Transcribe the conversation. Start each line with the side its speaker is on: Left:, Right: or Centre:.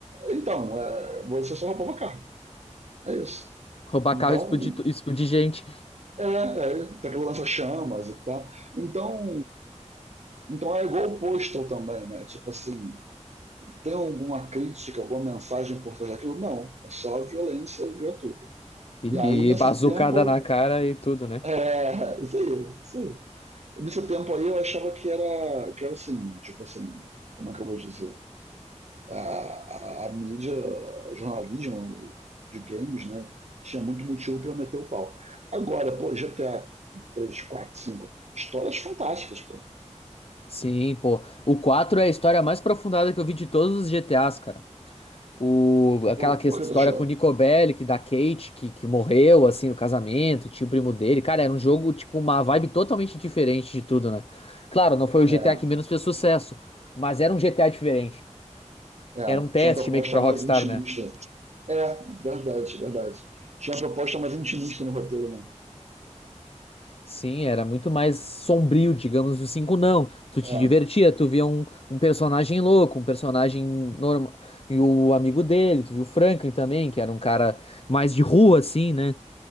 Right: então, é, você só roubava carro. É isso.
Left: Roubar
Right: Então,
Left: carro, e explodir, tu- explodir gente.
Right: é, é, tem aquela lança chamas e tal. Então, então é igual o Postal também, né? Tipo assim, Tem alguma crítica, alguma mensagem por trás daquilo? Não, é só violência gratuita.
Left: E
Right: E aí, nesse
Left: bazucada
Right: tempo,
Left: na cara e tudo, né?
Right: é, isso aí, isso aí. Nesse tempo aí eu achava que era, que era assim, tipo assim, como é que eu vou dizer? A, a, a mídia, a jornalismo de games, né? Tinha muito motivo para meter o pau. Agora, pô, GTA 3 4 5 histórias fantásticas, pô.
Left: Sim, pô. O 4 é a história mais aprofundada que eu vi de todos os GTAs, cara. O, aquela
Right: Por,
Left: que-
Right: por
Left: história
Right: que tu achou?
Left: com o Nico Bellic, da Kate, que, que morreu, assim, no casamento, e tinha o primo dele. Cara, era um jogo, tipo, uma vibe totalmente diferente de tudo, né? Claro, não foi o
Right: É,
Left: GTA que menos fez sucesso, mas era um GTA diferente.
Right: É,
Left: Era um teste
Right: tinha uma proposta
Left: meio que pra
Right: mais
Left: Rockstar,
Right: intimista.
Left: né?
Right: É, verdade, verdade. Tinha uma proposta mais intimista no roteiro, né?
Left: Sim, era muito mais sombrio, digamos, o 5 não. Tu
Right: É,
Left: te divertia, tu via um, um personagem louco, um personagem normal. E o amigo dele, tu viu o Franklin também, que era um cara mais de rua, assim, né?